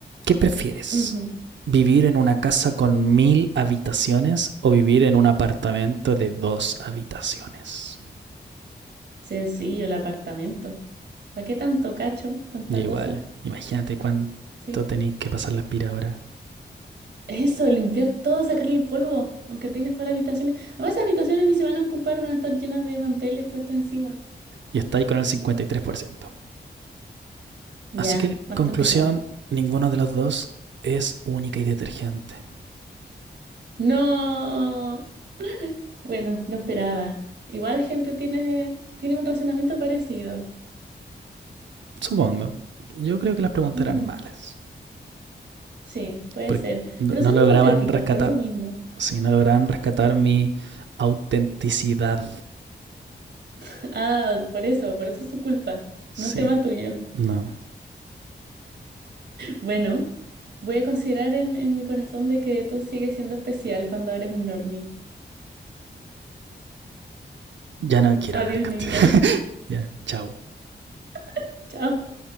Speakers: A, on the right; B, on the right.
A: ¿Qué prefieres?
B: Ujú.
A: ¿Vivir en una casa con mil habitaciones o vivir en un apartamento de dos habitaciones?
B: Sencillo, el apartamento. ¿Para qué tanto cacho, tanta
A: Y igual,
B: cosa?
A: imagínate cuánto
B: Sí.
A: tenéis que pasar la aspiradora.
B: Eso, limpiar todo, sacarle el polvo, aunque tengas todas las habitaciones. Además, esas habitaciones ni se van a ocupar, van a estar llenas de manteles puestos encima.
A: Y estáis con el 53%.
B: Ya,
A: Así que,
B: bastante
A: conclusión,
B: claro.
A: ninguno de los dos es única y detergente.
B: No. Bueno, lo esperaba. Igual la gente tiene, tiene un razonamiento parecido.
A: Supongo. Yo creo que las preguntas
B: Ujú,
A: eran malas.
B: Sí, puede
A: Porque
B: ser.
A: no
B: Pero
A: no
B: son
A: lograban
B: hipotéticas,
A: rescatar.
B: por eso mismo.
A: Sí, no lograban rescatar mi autenticidad.
B: <laughs> Ah, por eso, por eso es su culpa.
A: Sí,
B: No es tema tuyo.
A: no.
B: Bueno, voy a considerar en, en mi corazón de que tú sigues siendo especial cuando eres un normie.
A: Ya no quiero
B: Adiós,
A: hablar contigo.
B: Nico.
A: Ya, chao.
B: <laughs> Chao.